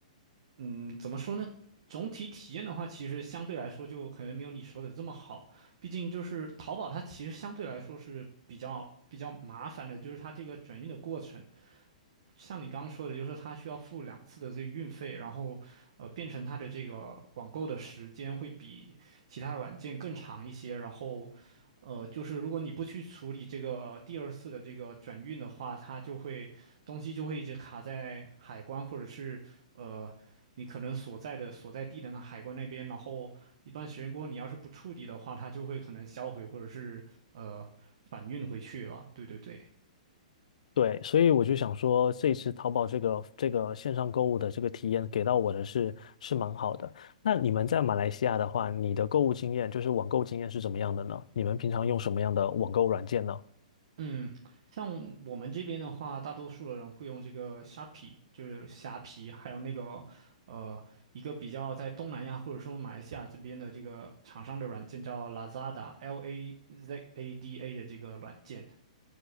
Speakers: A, on the right (about 45°); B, on the left (about 60°).
A: 嗯，怎么说呢？总体体验的话，其实相对来说就可能没有你说的这么好。毕竟就是淘宝，它其实相对来说是比较比较麻烦的，就是它这个转运的过程。像你刚刚说的，就是它需要付两次的这个运费，然后，呃，变成它的这个网购的时间会比其他软件更长一些。然后，呃，就是如果你不去处理这个第二次的这个转运的话，它就会东西就会一直卡在海关或者是呃你可能所在的所在地的那海关那边。然后一段时间过后，你要是不处理的话，它就会可能销毁或者是呃返运回去了。对对对。
B: 对，所以我就想说，这一次淘宝这个这个线上购物的这个体验给到我的是是蛮好的。那你们在马来西亚的话，你的购物经验就是网购经验是怎么样的呢？你们平常用什么样的网购软件呢？
A: 嗯，像我们这边的话，大多数的人会用这个 s h p 虾皮，就是虾皮，还有那个呃，一个比较在东南亚或者说马来西亚这边的这个厂商的软件叫 Lazada，L A Z A D A 的这个软件。